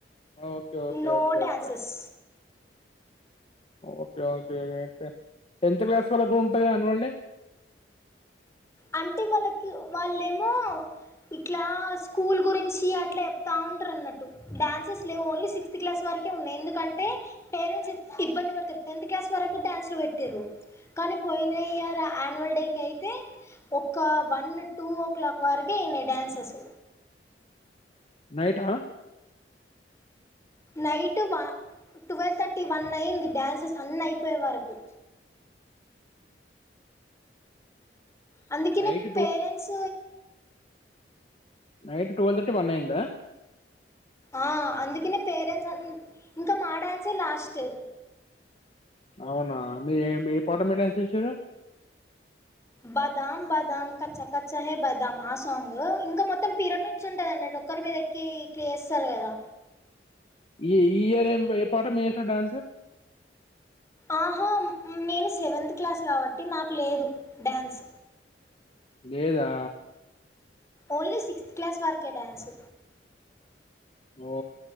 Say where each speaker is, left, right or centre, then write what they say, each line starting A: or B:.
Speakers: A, on the left (about 35°); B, on the left (about 15°).
A: okay. Okay.
B: No
A: okay.
B: Dances
A: Okay. okay okay అయితే టెన్త్ క్లాస్ వల్లకు ఉంటుంది కా అన్యూల్ డే
B: అంటే వాళ్ళకి వాళ్ళేమో ఇట్లా స్కూల్ గురించి అట్లా చెప్తా ఉంటారు అన్నట్టు డాన్సెస్ లేవు ఓన్లీ సిక్స్త్ క్లాస్ వరకి ఉన్నాయి ఎందుకంటే పేరెంట్స్ ఇబ్బంది పెడతారు టెన్త్ క్లాస్ వరకు డ్యాన్స్లు పెటిరు కానీ పోయిన ఇయర్ ఆయాన్యువల్ డేకి అయితే ఒ వన్ టూ ఓ క్లాక్ వరకే న డ్యాన్సస్
A: నైట్ ఆ
B: నైట్ ట్వెల్వ్ థర్టీ వన్ అయింది డ్యాన్సెస్ అన్ని అయిపోయే వరకు అందుకనే
A: night
B: parents
A: night twelve thirty one అయిందా
B: ఆ అందుకనే పేరెంట్స్ ఇంకా మా డాన్సే లాస్ట్
A: అవునా మీరు ఏ ఏ పాట మీద డాన్స్ చేసిరు
B: బదమ్ బాదం కచా క సహే బదాం ఆ సాంగ్ ఇంకా మొత్తం పిరమిడ్స్ ఉంటదన్నట్టు ఒక్కరి మీద ఎక్కి క్ చేస్తారు కదా
A: ఈ ఈ ఇయర్ ఏ ఏ పాట మీష డాన్సార్
B: ఆహా నేను సెవెంతత్ క్లాస్ కాబట్టి మాకు లేదు డ్యాన్స్
A: లేదా
B: ఓన్లీ సిక్స్త్ క్లాస్ వరకే డాన్స్
A: ఓ